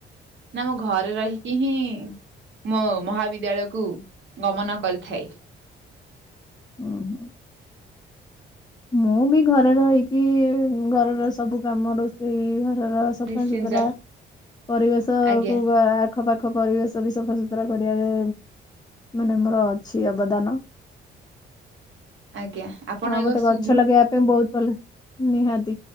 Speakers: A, on the right (about 70°); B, on the left (about 20°).
A: ନା ମୁଁ ଘରେ ରହିକି ହିଁ ମୋ ମହାବିଦ୍ୟାଳୟକୁ ଗମନ କରିଥାଏ।
B: ହୁଁ ହୁଁ। ମୁଁ ବି ଘରେ ରହିକି ଘରର ସବୁ କାମ ରୋଷେଇ ଘରର ସଫାସତୁରା
A: ନିଶ୍ଚିନ୍ତ
B: ପରିବେଶ
A: ଆଜ୍ଞା
B: କୁ ଗା ଆଖପାଖ ପରିବେଶ ବି ସଫାସୁତୁରା କରିବାରେ ମାନେ ମୋର ଅଛି ଅବଦାନ।
A: ଆଜ୍ଞା ଆପଣ
B: ଆଉ ମତେ
A: ଏକ ସୁ
B: ଗଛ ଲଗେଇ ପାଇଁ ବହୁତ ଭଲ।